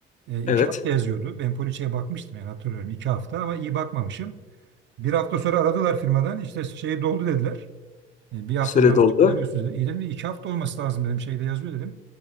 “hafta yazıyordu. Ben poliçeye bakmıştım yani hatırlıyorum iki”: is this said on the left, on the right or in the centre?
Right